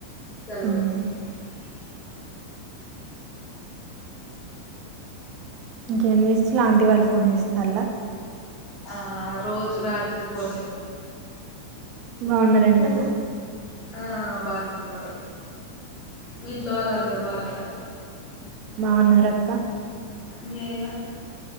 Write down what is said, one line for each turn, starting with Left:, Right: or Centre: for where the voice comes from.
Left: జలుబోచ్చింది.
Right: ఉమ్. ఇంకేం చెస్ స్ల ఆంటీ వాళ్ళు ఫోన్ చేస్తాళ్ల?
Left: ఆ రోజు రాత్రి ఫోన్ చేత్తం.
Right: బాగున్నారంటనా
Left: ఆ ఆ బానె ఉన్ న్నరు మీ ఇంట్లో వాళ్ళు అందరు బావున్నరా?
Right: బాగున్నరక్క.
Left: మీ ఆయన?